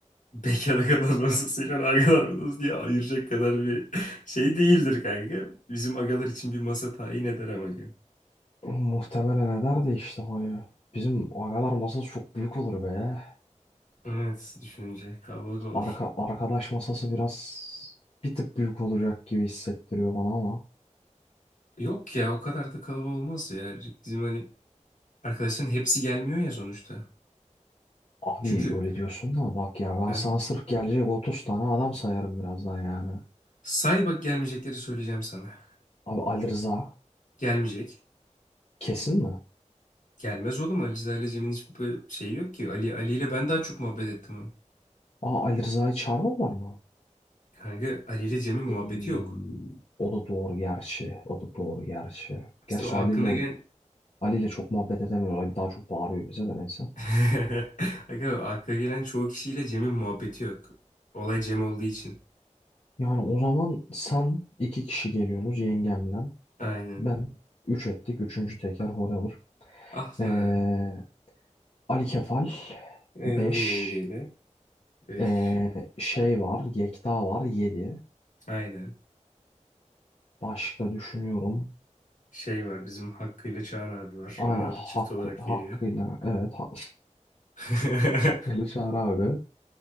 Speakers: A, on the left; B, on the left.
A: bekara kalan masasıyla agalar masası diye ayıracak kadar bir şey değildir kanka. Bizim agalar için bir masa tayin eder amacım.
B: Muhtemelen eder de işte hani bizim agalar masası çok büyük olur be.
A: Evet düşününce kalabalık olur.
B: Arka, arkadaş masası biraz bir tık büyük olacak gibi hissettiriyor bana ama.
A: Yok ya o kadar da kalabalık olmaz ya. Bizim hani Arkadaşların hepsi gelmiyor ya sonuçta.
B: Abi
A: Çünkü
B: öyle diyorsun da bak ya ben
A: he,
B: sana sırf gelecek 30 tane adam sayarım birazdan yani.
A: say bak gelmeyecekleri söyleyeceğim sana.
B: Abi Ali Rıza
A: Gelmeyecek.
B: kesin mi?
A: Gelmez oğlum Ali Rıza ile Cem'in hiçbir şeyi yok ki. Ali Ali ile ben daha çok muhabbet ettim.
B: Aa Ali Rıza'yı çağırmadılar mı?
A: Kanka Ali ile Cem'in muhabbeti
B: Ey,
A: yok.
B: o da doğru gerçi. O da doğru gerçi. Gerçi
A: İşte o
B: Ali
A: aklına
B: ile,
A: gelen
B: Ali ile çok muhabbet edemiyor. Ali daha çok bağırıyor bize de neyse.
A: <laughs> Kanka aklına gelen çoğu kişiyle Cem'in muhabbeti yok. Olay Cem olduğu için.
B: Yani o zaman sen iki kişi geliyorsunuz yengemle.
A: Aynen.
B: Ben üç ettik. Üçüncü teker forever.
A: Ah
B: Ee,
A: lan.
B: Ali Kefal
A: Evet
B: beş
A: o da yengeyle. Beş.
B: Ee, şey var. Yekta var 7.
A: Aynen.
B: Başka düşünüyorum.
A: Şey var bizim Hakkı ile Çağan abi var.
B: Aynen
A: Onlar
B: haklı,
A: da çift olarak
B: hakkıyla
A: geliyor.
B: evet ha-
A: <laughs>
B: <laughs> hakkıyla Çağrı abi.